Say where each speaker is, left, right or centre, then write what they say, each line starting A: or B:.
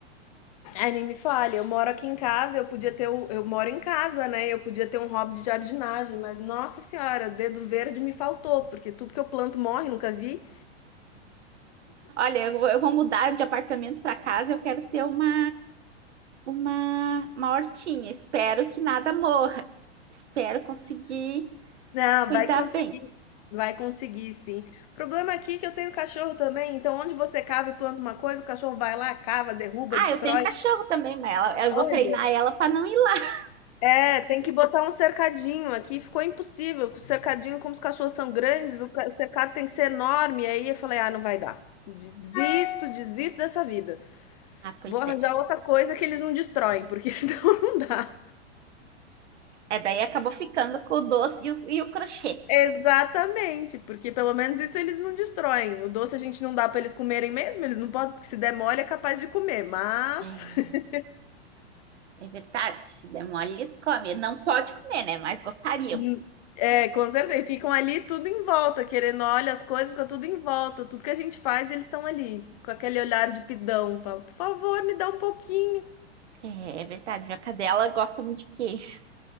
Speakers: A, on the left; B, on the right.
A: Ai, nem me fale, eu moro aqui em casa, eu podia ter o eu moro em casa, né, eu podia ter um hobby de jardinagem, mas nossa senhora, dedo verde me faltou, porque tudo que eu planto morre, nunca vi.
B: Olha, eu, vou- eu vou mudar de apartamento para casa, eu quero ter uma, uma, uma hortinha. Espero que nada morra. Espero conseguir
A: Não,
B: cuidar
A: vai conseguir,
B: bem.
A: vai conseguir sim. O Problema aqui é que eu tenho cachorro também, então onde você cava e planta uma coisa, o cachorro vai lá, cava, derruba,
B: Ah,
A: destrói.
B: eu tenho cachorro também, mas ela, eu
A: Olha,
B: vou treinar ela para não ir lá.
A: é, tem que botar um cercadinho aqui, ficou impossível, o cercadinho, como os cachorros são grandes, o ca- o cercado tem que ser enorme, e aí eu falei, ah, não vai dar. Desisto, desisto dessa vida.
B: Ah, pois
A: Vou arranjar
B: é.
A: outra coisa que eles não destroem, porque senão <laughs> não dá.
B: É, daí acabou ficando com o doce e o, e o crochê.
A: Exatamente, porque pelo menos isso eles não destroem. O doce a gente não dá pra eles comerem mesmo, eles não podem, porque se der mole é capaz de comer, mas
B: É,
A: <laughs>
B: É verdade, se der mole, eles comem. Não pode comer, né? Mas gostariam.
A: Hum, é, com certeza, e ficam ali tudo em volta, querendo olha as coisas, fica tudo em volta, tudo que a gente faz, eles estão ali, com aquele olhar de pidão, fala: "Por favor, me dá um pouquinho".
B: É, é verdade, minha cadela gosta muito de queijo.